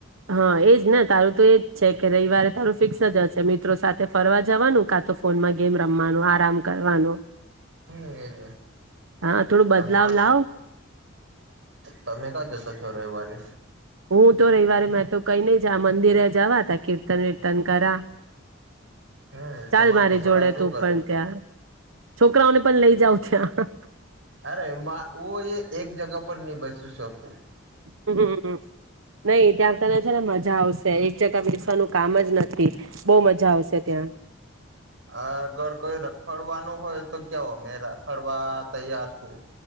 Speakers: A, on the right; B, on the right.
A: હા એજ ને તારું તો એજ છે કે રવિવારે તારું ફિક્સ જ હશે. મિત્રો સાથે ફરવા જવાનું કા તો ફોનમાં ગેમ રમવાનું, આરામ કરવાનું.
B: હમ એજ
A: હા, થોડું બદલાવ
B: તમાર
A: લાવ.
B: તમે કા જતા છો રવિવારે?
A: હું તો રવિવારે તો કઈ નઈ જા મંદિરે જવા ત કીર્તન વિર્તન કરા.
B: હમ
A: ચાલ
B: તમારા
A: મારી
B: છોકરા
A: જોડે
B: શું
A: તું
B: કરે
A: પણ ત્યાં છોકરાઓને પણ લઈ જાવ જ્યાં.
B: અરે માં હું એ એક જગા પર નહી બેસી શકું
A: હમ્મ. નહી ત્યાં તને છેને મજા આવશે એક જગ બેસવાનું કામ જ નથી બહુ મજા આવશે ત્યાં.
B: આ અગર કોઈ રખડવાનું હોય તો કેવ કઈ રખડવા તૈયાર છું